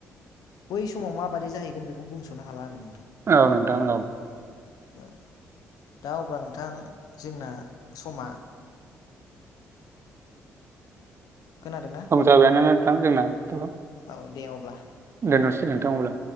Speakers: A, on the left; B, on the right.
A: बै समाव माबादि जाहैगोन बेखौ बुंस'नो हाला आरो नोंथां।
B: औ नोंथां औ।
A: औ। दा अब्ला नोंथां जोंना समा खोनादोंना
B: औ जाबायानो नोंथां जोंनाथ'।
A: औ दे अब्ला।
B: दोननोसै नोंथां अब्ला।